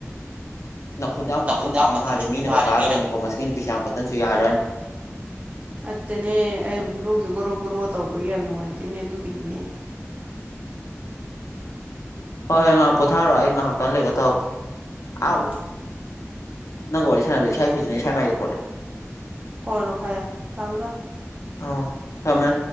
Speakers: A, on the left; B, on the right.
A: ꯅꯈꯣꯟꯗ ꯌꯥꯝ
B: ꯅꯈꯣꯟꯗꯣ
A: ꯀꯛꯇꯟꯁꯨ ꯄꯤ
B: ꯀꯟꯇꯟ
A: ꯃꯥꯜꯂꯤꯦ
B: ꯆꯨꯞꯄꯤ
A: ꯃꯤꯅꯒ
B: ꯃꯥꯜꯂꯦ
A: ꯇꯥꯔꯒꯅꯤꯀꯣ
B: ꯃꯤꯅ
A: ꯃꯁꯤꯅ ꯄꯩꯁꯥ ꯌꯥꯝ ꯀꯛꯇꯁꯨ ꯌꯥꯔꯅꯤ
B: ꯑꯠꯇꯅꯦ ꯑꯩꯁꯤ ꯂꯩꯛꯁꯦ ꯒꯩꯔꯣꯛ ꯒ꯭ꯔꯣ ꯇꯧꯕꯒꯤ ꯌꯥꯝ ꯅꯨꯡꯉꯥꯏꯇꯣꯏꯅꯦ ꯑꯗꯨꯒꯤꯅꯤꯅꯦ
A: ꯎꯝ ꯍꯣꯏ ꯍꯣꯏ ꯉꯥꯏꯍꯥꯛ ꯄꯣꯊꯥꯔꯛꯑꯣ ꯑꯩ ꯉꯥꯏꯍꯥꯛꯇꯪ ꯂꯩꯔꯒ ꯇꯧꯔꯛꯀꯦ
B: ꯎꯝ
A: ꯑꯥꯎ ꯅꯪꯒ ꯋꯥꯔꯤ ꯁꯥꯟꯅꯕꯗ ꯏꯁꯥ ꯈꯈꯣꯏꯁꯤꯅ ꯏꯁꯥꯃꯥꯏꯗ ꯈꯣꯠꯂꯦ
B: ꯈꯣꯠꯂꯣ ꯈ ꯌꯥꯝ ꯊꯃꯣ ꯊꯃꯣ
A: ꯑꯥ ꯊꯃꯦ